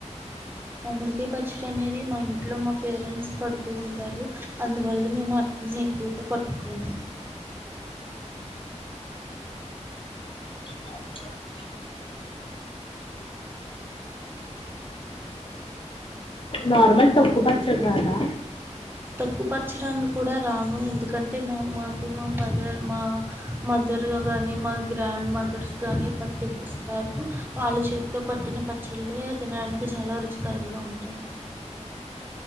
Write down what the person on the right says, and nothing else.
మామాడికాయ పచ్చ పచ్చడి అనేది మా ఇంట్లో మా పేరెంట్స్ పడు ఉంటారు అందువల్ల మేము అటిని ఎక్కువగా పట్టుకోము
తోక్కు పచ్చడాని కూడా రాను ఎందుకంటే నా మాకు మా ఫాదర్ మా మదర్గా కానీ మా గ్రాండ్ మదర్స్ కానీ పట్టిస్తారు వాళ్ళ చేతితో పట్టిన పచ్చళ్ళే తినడానికి చాలా రుచికరంగా ఉంటాయి